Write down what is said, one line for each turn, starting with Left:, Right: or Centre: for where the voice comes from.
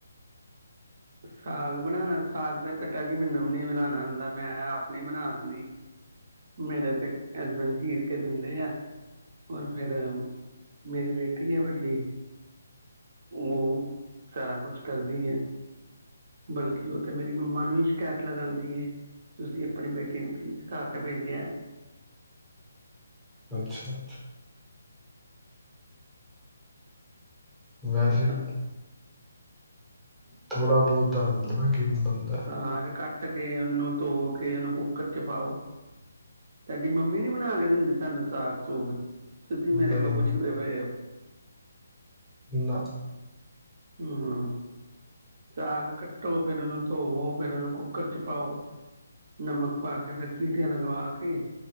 Right: ਸਾਗ ਬਣਾਣਾ ਸਾਗ ਤੇ ਬੇਟਾ ਜੀ ਮੈਨੂੰ ਵੀ ਨਹੀਂ ਬਣਾਣਾ ਆਂਦਾ ਮੈਂ ਆਪ ਨੀ ਬਣਾ ਦਿੰਦੀ ਮੇਰੇ ਤੇ ਹਸਬੈਂਡ ਚੀਰ ਕੇ ਦਿੰਦੇ ਐ, ਹੋਰ ਫੇਰ ਮੇਰੀ ਬੇਟੀ ਆ ਵੱਡੀ ਉਹ ਸਾਰਾ ਕੁਛ ਕਰਦੀ ਹੈ। ਬਲਕਿ ਉਹ ਤੇ ਮੇਰੀ ਮੰਮਾ ਨੂੰ ਵੀ ਸ਼ਿਕਾਇਤ ਲਗਾਂਦੀ ਐ ਤੁਸੀਂ ਆਪਣੀ ਬੇਟੀ ਨੂੰ ਪਲੀਜ ਘਰ ਤੇ ਭੇਜ ਇਐ।
Centre: ਅੱਛਾ-ਅੱਛਾ, ਵੈਸੇ
Right: ਭੇਜਿਆ
Centre: ਈ ਥੋੜਾ ਬਹੁਤ ਦੱਸ ਦੇਵਾ ਕਿਵੇਂ ਬੰਨਦਾ।
Right: ਸਾਗ ਕੱਟ ਕੇ ਉਹਨੂੰ ਧੋ ਕੇ ਉਹਨੂੰ ਕੁੱਕਰ ਚ ਪਾਓ, ਤੁਹਾਡੀ ਮੰਮੀ ਨੀ ਬਣਾ ਕੇ ਦਿੰਦੀ ਤੁਹਾਨੂੰ ਸਾਗ ਸੁੂਗ। ਤੁਸੀਂ ਮੇਰੇ
Centre: ਨਹੀਂ
Right: ਕੋ ਪੁੱਛਦੇ
Centre: ਨਹੀਂ
Right: ਪਏ ਔ।
Centre: ਨਾ,
Right: ਹੂੰ, ਸਾਗ ਕੱਟੋ ਫਿਰ ਉਹਨੂੰ ਧੋਵੋ ਫਿਰ ਉਹਨੂੰ ਕੁੱਕਰ ਚ ਪਾਓ, ਨਮਕ ਪਾ ਕੇ ਫਿਰ ਸੀਟੀਆਂ ਲਗਵਾ ਕੇ